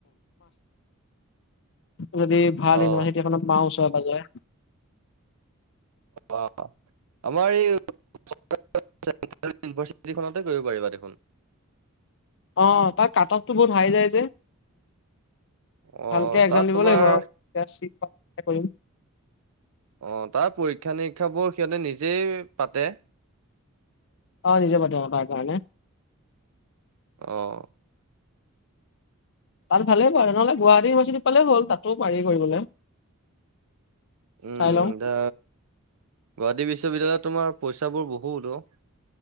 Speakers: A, on the left; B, on the right.
A: <inaudible> যদি ভাল
B: অ
A: ইউনিভাৰ্চিটিখনত পাওঁ উচৰে পাজৰে।
B: অ, আমাৰ এই <inaudible> <inaudible> ইউভাৰ্চিটিখনতে কৰিব পাৰিবা দেখোন।
A: অ, তাৰ কাট অফ টো বহুত হাই যায় যে।
B: অ',
A: ভালকে একজাম
B: তাত
A: দিব
B: তোমাৰ
A: লাগিব আৰু <inaudible>
B: অ, তাৰ পৰীক্ষা নিৰীক্ষাবোৰ সিহঁতে নিজেই পাতে।
A: অ, নিজে পাতে অ, তাৰ কাৰণে।
B: অ,
A: তাত ভালেই পাৰে নহলেুৱাহাট ইনিভাৰ্চিটি পালে হ'ল তাতো পাৰি কৰিবলৈ।
B: উম,
A: চাই লওঁ
B: দা গুৱাহাটী বিশ্ববিদ্যালয়ত তোমাৰ পইচা বোৰ বহুত অ,